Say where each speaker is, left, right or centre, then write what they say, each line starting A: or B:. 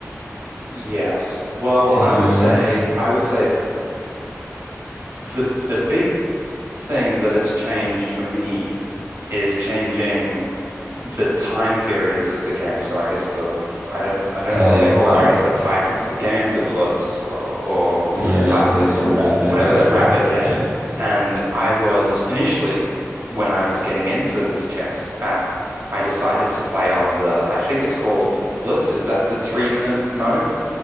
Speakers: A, on the right; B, on the right.
A: Yes. Well,
B: if
A: I
B: you
A: would
B: know what
A: say
B: I mean.
A: I would say the the big thing that has changed for me is changing. the time periods of the game. So I guess the I don't I don't
B: Uh,
A: know what
B: yeah,
A: they call
B: fair.
A: that. I guess the type of the game, the Blitz or, or you
B: Yeah,
A: know classic
B: blitz
A: or
B: or rapid
A: whatever
B: or whatever.
A: that rapid, yeah.
B: Yeah.
A: And I was initially when I was getting into this chess app, I decided to play on the I think it's called Blitz. Is that the three minute mode?